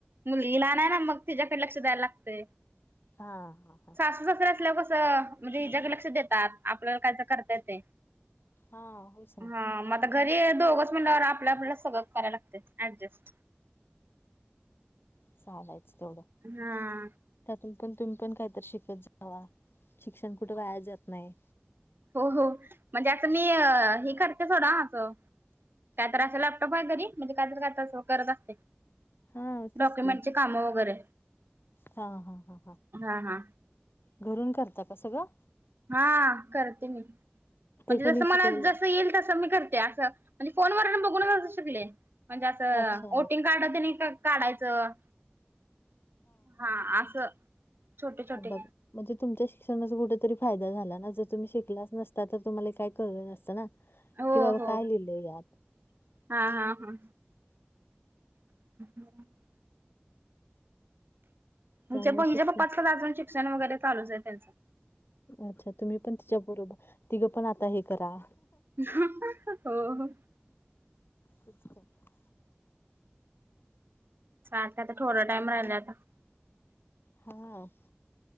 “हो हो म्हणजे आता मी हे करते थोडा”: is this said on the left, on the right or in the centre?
Right